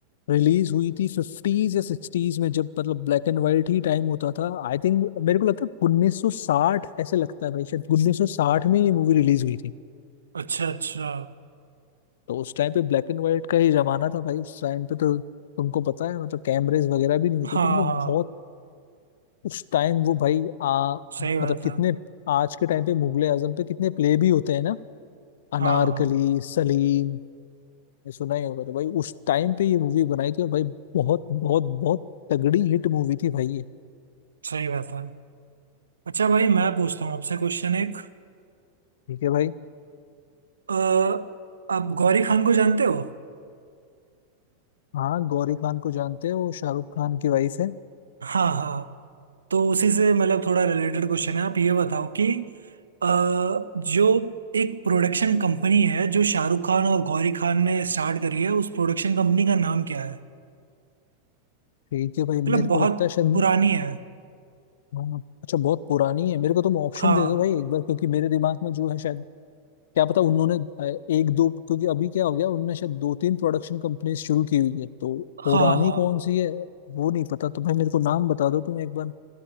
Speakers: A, on the left (about 55°); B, on the right (about 70°).
A: रिलीज हुई थी फिफ्टीज या सिक्सटीज में जब मतलब ब्लैक एंड वाइट ही टाइम होता था आई थिंक मेरे को लगता है 1960 ऐसे लगता है भाई शायद 1960 में ये मूवी रिलीज हुई थी
B: अच्छा अच्छा
A: तो उस टाइम पे ब्लैक एंड व्हाइट का ही जमाना था भाई उस टाइम पे तो तुमको पता है मतलब कैमरेज वगैरह भी नहीं होते
B: हाँ
A: थे मतलब
B: हाँ
A: बहुत उस टाइम वो भाई आ
B: सही बात
A: मतलब कितने
B: है
A: आज के टाइम पे मुगले आजम पे कितने प्ले भी होते हैं ना अनारकली
B: हाँ हाँ
A: सलीम ये सुना ही होगा तो भाई उस टाइम पे ये मूवी बनाई थी और भाई बहुत बहुत बहुत तगड़ी हिट मूवी थी भाई ये
B: सही बात है अच्छा भाई मैं पूछता हूँ आपसे क्वेश्चन एक
A: ठीक है भाई
B: अ, आप गौरी खान को जानते हो
A: हाँ गौरी खान को जानते हो वो शाहरुख खान की वाइफ है
B: हाँ हाँ तो उसी से मतलब थोड़ा रिलेटेड क्वेश्चन है आप ये बताओ कि अ, जो एक प्रोडक्शन कंपनी है जो शाहरुख खान और गौरी खान ने स्टार्ट करी है उस प्रोडक्शन कंपनी का नाम क्या है
A: ठीक है भाई
B: मतलब
A: मेरे
B: बहुत
A: को लगता है शायद
B: पुरानी है
A: हाँ, अच्छा बहुत पुरानी है मेरे को तुम ऑप्शन
B: हाँ
A: दे दो भाई एक बार क्योंकि मेरे दिमाग में जो है शायद क्या पता उन्होंने अ, एक दो क्योंकि अभी क्या हो गया उनने शायद दो तीन प्रोडक्शन कंपनी शुरू की हुई है तो पुरानी
B: हाँ हाँ
A: कौन सी है वो नहीं पता तो भाई मेरे को नाम बता दो तुम एक बार